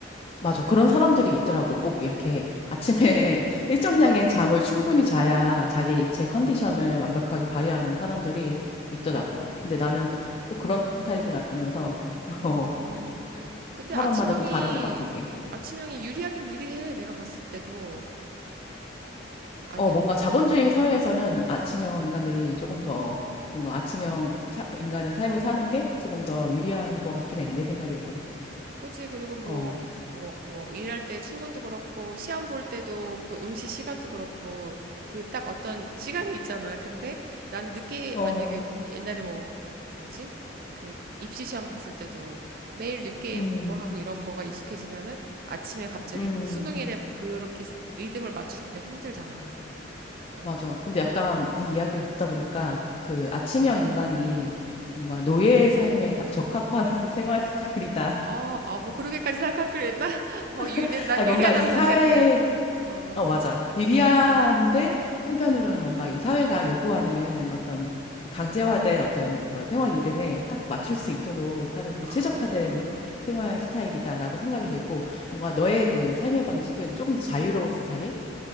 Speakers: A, on the left (about 30°); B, on the right (about 50°).
A: 맞아.
B: 음,
A: 그런 사람들이 있더라고. 꼭 이렇게 아침에 <laughs> 일정량의 잠을 충분히 자야 자기 제 컨디션을 완벽하게 발휘하는 사람들이 있더라고. 근데 나는
B: 그,
A: 꼭 그런 타입은 아니어서, <laughs>
B: 음,
A: 어,
B: 근데
A: 사람마다
B: 아침형이,
A: 좀 다른 것 같아, 이게.
B: 아침형이 유리하긴 유리해. 내가 봤을 때도. 아니야?
A: 어, 뭔가 자본주의 사회에서는 아침형 인간들이 조금 더 뭔가 아침형 사- 인간의 삶을 사는 게 조금 더 유리한 것 같긴 해. 내 생각에도.
B: 그치. 그리고 뭐,
A: 어.
B: 뭐, 뭐, 일할 때 출근도 그렇고, 시험 볼 때도 그 응시 시간도 그렇고, 그 딱 어떤 시간이 있잖아. 근데 나는 늦게,
A: 어,
B: 만약에 옛날에 뭐, 뭐지? 그 입시 시험 봤을 때도 매일 늦게
A: 음,
B: 공부하고 이런 거가 익숙해지면은 아침에 갑자기
A: 음,
B: 그 수능일에 그렇게 리듬을 맞추기가 힘들잖아. 어.
A: 맞아. 근데 약간 네 이야기를 듣다 보니까 그 아침형 인간이 뭔가 노예의 삶에 딱 적합한 <laughs> 생활 스타일이다.
B: 아, 아, 뭐 그렇게까지 생각할 필요 있나? <laughs> 어, 유리,
A: <laughs>
B: 난
A: 아니, 뭔가
B: 유리하다고
A: 이
B: 생각했는데?
A: 사회에,
B: 어,
A: 어, 맞아. 유리한데 한편으로는 뭔가 이 사회가 요구하는 어떤 그 강제화된 어떤 그런 생활 리듬에 딱 맞출 수 있도록 하는데
B: 아.
A: 최적화된 생활 스타일이다라고 생각이 되고 뭔가 너의 그 삶의 방식은 조금 더 자유로운 스타일?